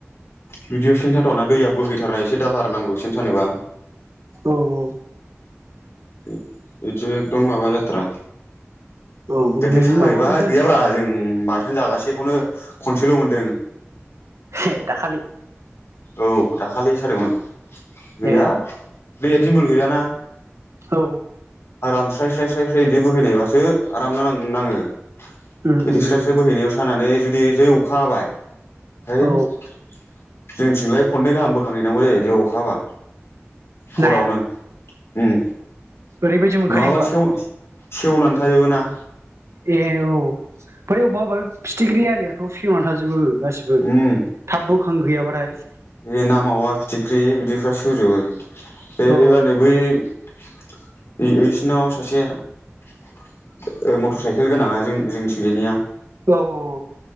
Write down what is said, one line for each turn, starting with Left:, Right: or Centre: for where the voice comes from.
Left: बिदियाव सेन साथावा ना दैया बोहैथारनाय एसे दाहार नांगौ सेन सानोबा।
Right: औ-औ।
Left: <unintelligible> जो एकदम माबा जाथ्रा।
Right: औ
Left: दाख्लि
Right: नोंनि
Left: साहा
Right: माबाखौनो
Left: हैबाय
Right: दोन
Left: गैयाब्रा जों थोन जागासेखौनो खनसेल' मोनदों।
Right: हे दाखालि।
Left: औ दाखालि सादोंमोन। गैया।
Right: ए
Left: दैया दिमोल गोैजाना।
Right: औ
Left: आराम स्राय स्राय स्राय। <unintelligible> दै बोहैनाय बासो आराम ना नाङो।
Right: उम
Left: बिदि
Right: उम
Left: स्राय
Right: उम
Left: स्राय बोहैनायाव सानानै जुदि जै अखा हाबाय <unintelligible>
Right: औ
Left: जोंनिथिंलाय खन्नै गाहाम बोखां हैनांगौ जायो। बेयाव अखा हाबा हरावनो।
Right: नाया
Left: उम।
Right: ओरैबायदि मोनखायो
Left: नङाबा
Right: होमबा?
Left: सेव सेवनानै थाजोबो ना।
Right: ए औ बै अबबा अबबा फिथिख्रि आरियाथ' फेवना थाजोबो। गासिबो
Left: उम
Right: थाब बोखां हैयाबा। प्राइस।
Left: बे ना मावा फिथिख्रि बिदिफ्रा सेवजोबो। बे
Right: औ
Left: एबार नै बै ओइ ओइसिनाव सासे ओ मटर साइकेल गोनाङा जों जोंनिथिंजायनिया
Right: औ औ औ।